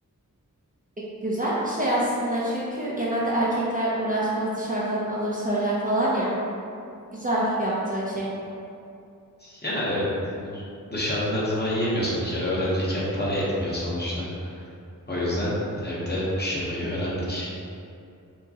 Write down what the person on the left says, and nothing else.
Ya evet dışarıdan her zaman yiyemiyorsun bir kere öğrenciyken para yetmiyor sonuçta. O yüzden evde pişirmeyi öğrendik.